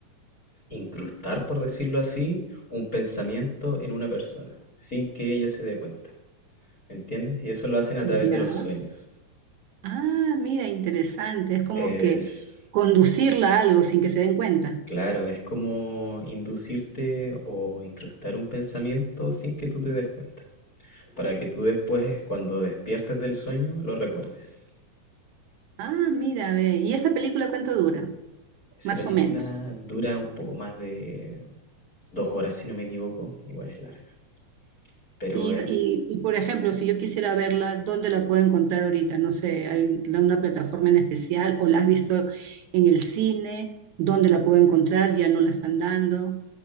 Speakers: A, on the left; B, on the right.
A: incrustar, por decirlo así, un pensamiento en una persona, sin que ella se dé cuenta. ¿Entiendes? Y eso lo hacen a
B: Ya.
A: través de los sueños.
B: Ah, mira, interesante. Es como
A: Es,
B: que conducirla a algo sin que se den cuenta.
A: claro, es como inducirte o incrustar un pensamiento sin que tú te des cuenta, para que tú después, cuando despiertes del sueño, lo recuerdes.
B: Ah, mira, ve. ¿Y esa película cuánto dura?
A: Esa
B: Más
A: película
B: o menos.
A: dura un poco más de dos horas, si no me equivoco, igual es larga. Pero
B: Y,
A: es-
B: y- y, por ejemplo, si yo quisiera verla, ¿dónde la puedo encontrar ahorita? No sé, ¿hay la- una plataforma en especial o la has visto en el cine? ¿Dónde la puedo encontrar? ¿Ya no la están dando?